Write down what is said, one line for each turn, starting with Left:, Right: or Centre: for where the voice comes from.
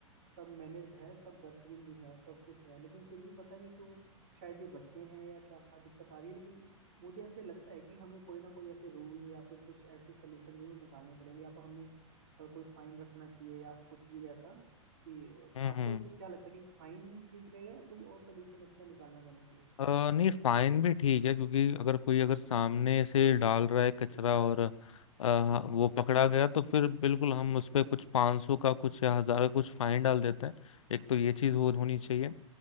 Right: सब मैनेज्ड है सब डस्टबिन भी है सब कुछ है लेकिन फिर भी पता नहीं क्यों शायद ये बच्चे हैं या क्या दिक्कत आ रही है लेकिन मुझे ऐसे लगता है कि हमें कोई ना कोई ऐसे रूल या फिर कुछ ऐसे सोल्यूशन जरूर निकालने पड़ेंगे या तो हमें अ, कोई फाइन रखना चाहिए या कुछ भी ऐसा कि अ,
Left: हम्म
Right: आपको
Left: हम्म
Right: क्या लगता है कि फाइन ठीक रहेगा या कोई और सोल्यूशन इसमें निकालना जाना चाहिए
Left: अ, नहीं फाइन भी ठीक है क्योंकि अगर कोई अगर सामने से डाल रहा है कचरा और अ, वो पकड़ा गया तो फिर बिल्कुल हम उस पर कुछ 500 का कुछ या हजार का कुछ फाइन डाल देते हैं एक तो ये चीज हो होनी चाहिए